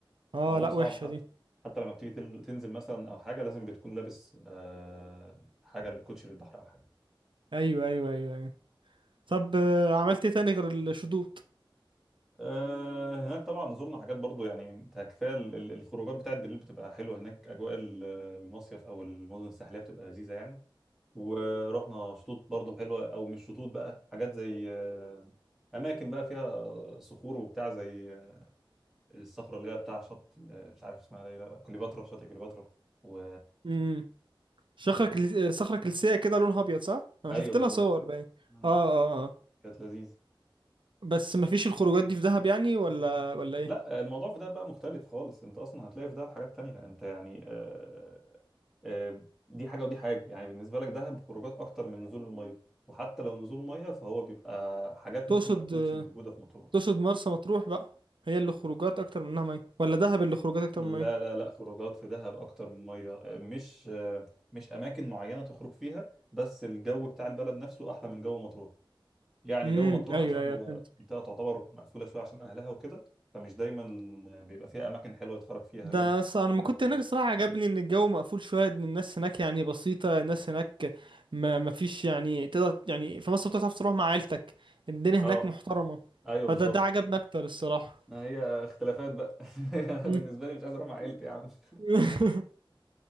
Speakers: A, on the right; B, in the centre.
A: اه
B: الموضوع
A: لا
B: صعب
A: وحشة
B: حتى
A: دي
B: حتى لما بتيجي تل- تنزل مثلا او حاجه لازم بتكون لابس آه، حاجه الكوتشي للبحر او حاجه
A: ايوه ايوه ايوه ايوه طب آه، عملت ايه تاني غير الشطوط
B: آه، هناك طبعا زرنا حاجات برضو يعني انت كفايه ال- ال- الخروجات بتاعت بالليل بتبقى حلوه هناك اجواء ال- المصيف او المدن الساحليه بتبقى لذيذه يعني ورحنا شطوط برضو حلوه او مش شطوط بقى حاجات زي آه، اماكن بقى فيها صخور وبتاع زي آه، الصخره اللي هي بتاع شط آه، مش عارف اسمها ايه لا كليوباترا شاطئ كليوباترا و
A: امم شخرة
B: و-
A: كل- صخرة كلسية كده لونها أبيض صح؟ أنا
B: ايوه
A: شفت
B: بالظبط
A: لها صور باين
B: آه،
A: آه آه آه
B: كانت لذيذه
A: بس مفيش الخروجات دي في دهب يعني ولا ولا إيه؟
B: لا الموضوع في ده بقى مختلف خالص انت اصلا هتلاقي في ده حاجات تانية انت يعني آه، آه، دي حاجه ودي حاجه يعني بالنسبه لك دهب خروجات اكتر من نزول الميه وحتى لو نزول ميه فهو بيبقى حاجات
A: تقصد
B: ممكن ما تكونش موجوده في مطروح
A: تقصد مرسى مطروح بقى هي اللي خروجات أكتر منها مية ولا دهب اللي خروجات أكتر
B: لا
A: من مية؟
B: لا لا خروجات في دهب اكتر من ميه مش مش اماكن معينه تخرج فيها بس الجو بتاع البلد نفسه احلى من جو مطروح يعني
A: أمم
B: جو مطروح
A: أيوه
B: عشان
A: أيوه
B: هو
A: فهمت
B: منطقه تعتبر مقفوله شويه عشان اهلها وكده فمش دايما بيبقى فيها اماكن حلوه يتخرج فيها
A: ده
B: هو
A: ص- أنا لما
B: سنة
A: كنت
B: او اتنين
A: هناك الصراحة عجبني إن الجو مقفول شوية إن الناس هناك يعني بسيطة الناس هناك ما مفيش يعني تقدر يعني في مصر بتعرف تروح مع عيلتك الدنيا هناك
B: اه
A: محترمة
B: ايوه
A: فده
B: بالظبط
A: ده عجبني أكتر الصراحة
B: ما هي اختلافات بقى <laughs> انا
A: أمم.
B: بالنسبه لي مش عايز اروح مع عيلتي يا عم <laughs>
A: <laughs>